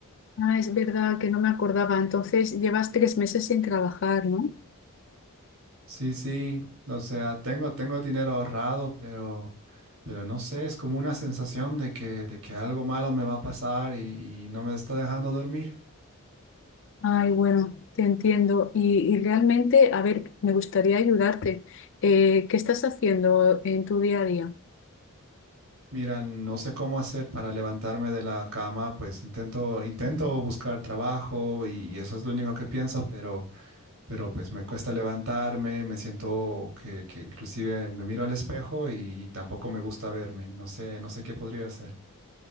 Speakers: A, on the left; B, on the right.
A: Ah, es verdad que no me acordaba. Entonces, llevas tres meses sin trabajar, ¿no?
B: Sí, sí, o sea, tengo, tengo dinero ahorrado, pero, pero no sé, es como una sensación de que, de que algo malo me va a pasar y, y no me está dejando dormir.
A: Ay, bueno, te entiendo. Y, y realmente, a ver, me gustaría ayudarte. Eh, ¿qué estás haciendo en tu día a día?
B: Mira, no sé cómo hacer para levantarme de la cama, pues intento, intento buscar trabajo y, y eso es lo único que pienso, pero, pero pues me cuesta levantarme, me siento que, que inclusive me miro al espejo y, y tampoco me gusta verme. No sé, no sé qué podría hacer.